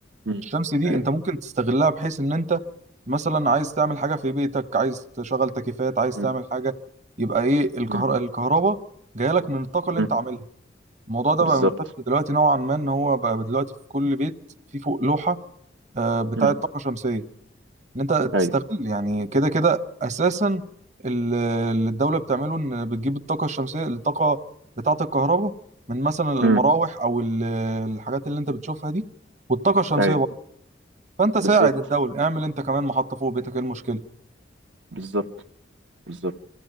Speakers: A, on the right; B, on the right.
A: امم
B: الشمس دي
A: ايوه
B: انت ممكن تستغلها بحيث ان انت مثلا عايز تعمل حاجه في بيتك عايز تشغل تكييفات عايز
A: امم
B: تعمل حاجه يبقى ايه الكهر...
A: امم
B: الكهرباء جايه لك من الطاقه اللي
A: أمم.
B: انت عاملها الموضوع ده
A: بالظبط
B: بقى منتشر دلوقتي نوعا ما ان هو بقى دلوقتي في كل بيت في فوق لوحه آه، بتاعه
A: امم
B: طاقه شمسيه ان انت تستغل
A: ايوه
B: يعني كده كده اساسا ال- اللي الدوله بتعمله ان بتجيب الطاقه الشمسيه الطاقه بتاعه الكهرباء من مثلا المراوح
A: امم
B: او ال- الحاجات اللي انت بتشوفها دي والطاقه الشمسيه
A: ايوه
B: فانت ساعد
A: بالظبط
B: الدولة اعمل انت كمان محطة فوق بيتك ايه المشكلة
A: بالظبط بالظبط